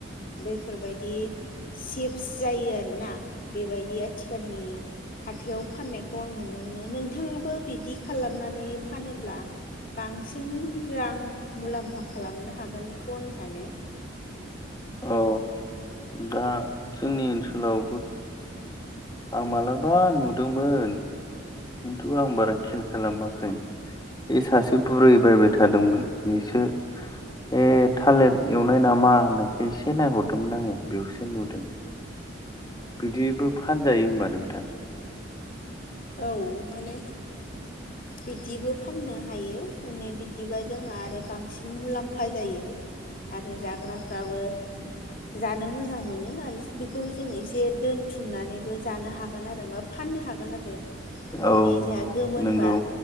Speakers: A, on the left; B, on the left.
A: बैफोरबायदि सिप्स जायो आरोना बेबायदि आथिखालनि हाथायाव फाननायखौ आं नुनो मोनो नोंथाङाबो बिदि खालामनानै फानोब्ला बांसिन रां मुलाम्फा खालामनो हागोनखौ आं सानो।
B: औ दा जोंनि ओनसोलाव आं मालाबा नुदोंमोन। खिन्थु आं बारा खेल खालामाखै इ सासे बुरै बायबाय थादोंमोन। बेसो ए थालेर एवनाय नामा होननायखाय एसे नायहरदोंमोन आङो बेयावसो नुदों। बिदिबो फानजायो होमबा नोंथां?
A: औ मोनो। बिदिबो फाननो हायो माने बिदिबा जोंहा आरो बां सिन मुलाम्फा जायो आरो जाग्राफ्राबो जानो मोजां मोनो आरो बेखौ जों एसे दोनथुमनानैबो जानो हागोन आरोबाब फाननो हागोन आरो ओमफाय
B: औ
A: नै जोंहा गोमोन
B: नंगौ
A: बा